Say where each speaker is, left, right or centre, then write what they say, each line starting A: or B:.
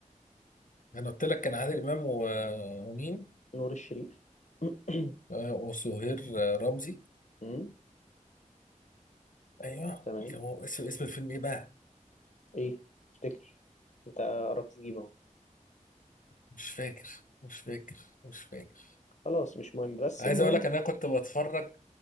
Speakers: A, on the left; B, on the left.
A: انا قلت لك كان عادل امام و... ومين
B: نور الشريف <clears throat>
A: آه، وسهير آه، رمزي
B: أمم،
A: ايوه
B: تمام
A: كان هو اسم اسم الفيلم ايه بقى
B: ايه افتكر انت قربت تجيبه اهو
A: مش فاكر مش فاكر مش فاكر
B: خلاص مش مهم بس
A: عايز
B: المهم
A: اقول لك ان انا كنت بتفرج